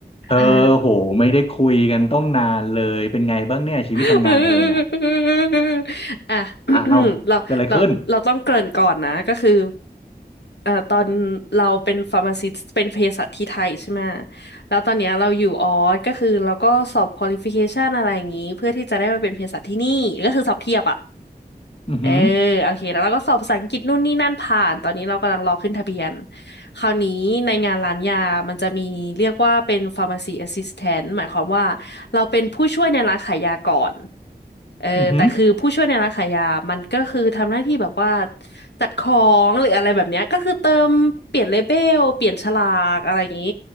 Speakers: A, on the left; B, on the left.
A: เธอโหไม่ได้คุยกันต้องนานเลยเป็นไงบ้างเนี่ยชีวิตทำงานเธอเนี่ย
B: ค่ะ <laughs> อ่ะ
A: อ้าวเกิดอะไรขึ้น
B: <coughs> เราเราเราต้องเกริ่นก่อนนะ ก็คือเอ่อตอนเราเป็นฟาร์มาซิสต์เป็นเภสัชที่ไทยใช่ไหม แล้วตอนเนี้ยเราอยู่ออสก็คือเราก็สอบควอลิฟิเคชันอะไรอย่างนี้ เพื่อที่จะได้มาเป็นเภสัชที่นี่ก็คือสอบเทียบอ่ะ
A: อือหือ
B: เออโอเคแล้วเราก็สอบภาษาอังกฤษนู่นนี่นั่นผ่านตอนนี้เรากำลังรอขึ้นทะเบียนคราวนี้ในงานร้านยามันจะมีเรียกว่าเป็น pharmacy assistant หมายความว่าเราเป็นผู้ช่วยในร้านขายยาก่อนเออแต่คือผู้ช่วยในร้านขายยามันก็คือทำหน้าที่แบบว่า
A: อือหือ
B: จัดของหรืออะไรแบบเนี้ยก็คือเติมเปลี่ยนเลเบลเปลี่ยนฉลากอะไรอย่างนี้